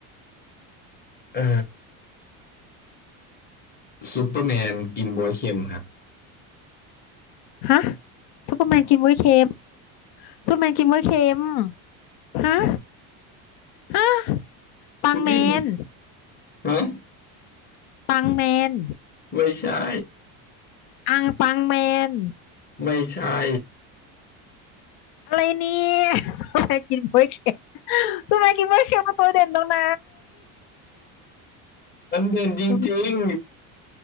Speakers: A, on the left; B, on the left.
A: เอ่อซูเปอร์แมนกินบ๊วยเค็มครับ
B: ฮะซูเปอร์แมนกินบ๊วยเค็มซูเปอร์แมนกินบ๊วยเค็มฮะฮะปังแมน
A: จริงฮะ
B: ปังแมน
A: ไม่ใช่
B: อังปังแมน
A: ไม่ใช่
B: อะไรเนี่ยซูเปอร์แมนกินบ๊วยเค็มซูเปอร์แมนกินบ๊วยเค็มมัตัวเด่นตรงไหน
A: มันเด่นจริง
B: ซูเปอร์